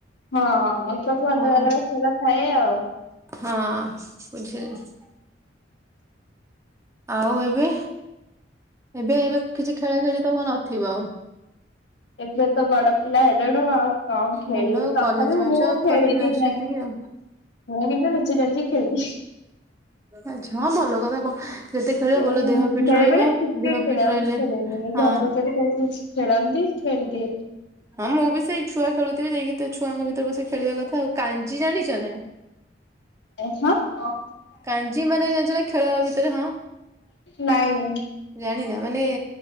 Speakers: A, on the left; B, on the right.
A: ହଁ ସବୁ ଅଲଗା
B: ହଁ
A: ଅଲଗା ଖେଳ ଥାଏ ଆଉ।
B: ହଁ ବୁଝିଲି। ଆଉ ଏବେ ଏବେ ଏବେ କିଛି ଖେଳା ଖେଳି ତ ନଥିବ ଆଉ।
A: ଏବେ ତ ବଡ଼ ପିଲା ହେଲୁଣି ଆଉ। କଣ ଖେଳିବୁ
B: ଭଲ
A: ତଥାପି
B: କଲେଜ ଯାଉଛ
A: ମୁଁ ଖେଳିଦିଏ
B: କଲେଜ ଆସୁଛ
A: ଯାଇଁ
B: ସେତିକି
A: ମୁଁ
B: ଆଉ
A: କିନ୍ତୁ ନୁଚିନାଚିକି ଖେଳିଦିଏ।
B: ଆଚ୍ଛା। ହଁ ଭଲ କଲ କଣ ଯେତେ ଖେଳିବ
A: ଏଇ
B: ଭଲ ଦେହ ଫିଟ
A: ବେଳେ
B: ରହିବ
A: ବେଳେ କ୍ରିକେଟ
B: ଦେହ
A: ଖେଳ
B: ଫିଟ
A: ଆଉ
B: ରହିଲେ
A: ଖେଳିନି
B: ହଁ
A: ଘର ପଛରେ ଖେଳିଦୋଉଛି। ଖେଳନ୍ତି ସେମିତି।
B: ହଁ ମୁଁ ବି ସେଇ ଛୁଆ ଖେଳୁଥିବେ ଯାଇକି ତ ଛୁଆଙ୍କ ଭିତରେ ପଶି ଖେଳିବା କଥା। ଆଉ କାଞ୍ଜି ଜାଣିଛ ନା?
A: ଆ ହଁ ହଁ।
B: କାଞ୍ଜି ମାନେ ଜାଣିଛ ନା ଖେଳ ଭିତରେ ହଁ
A: ନାଇଁ
B: ଜାଣିନା ମାନେ